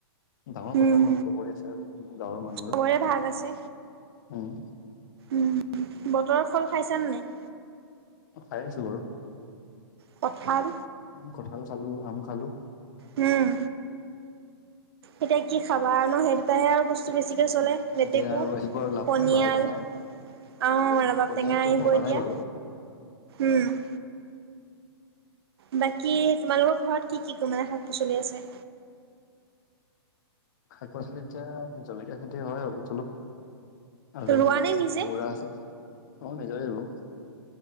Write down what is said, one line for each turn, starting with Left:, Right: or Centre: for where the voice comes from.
Left: ডাঙৰ
Right: উম
Left: পথাৰ ন চবৰে আছে আৰু গাঁৱৰ মানুহৰ।
Right: চবৰে ভাগ
Left: উম,
Right: আছে উম, উম। বতৰৰ ফল খাইছানে নাই?
Left: খাই আছো
Right: কঠাল।
Left: কঠাল খালো আম খালো।
Right: উম। এতিয়া কি খাবা ন সেই দুটাহে আৰু বস্তু বেছিকৈ চলে।
Left: উম
Right: লেটেকু,
Left: এতিয়া আৰু আহিব আৰু লা
Right: পনিয়াল,
Left: লাবাৰ টেঙা
Right: অ',
Left: এইটো
Right: ৰাবাব
Left: পনিয়ালটো
Right: টেঙা আহিব
Left: পকা
Right: এতিয়া,
Left: নাই বাৰু
Right: উম, বাকী তোমালোকৰ ঘৰত কি কি মানে শাক পাচলি আছে?
Left: শাক পাচলি এতিয়া জলকীয়া খেতি হয় অলপ চলপ। আৰু
Right: ৰোৱা নে নিজে
Left: কোমোৰা আছে অ, ' নিজৰে আৰু।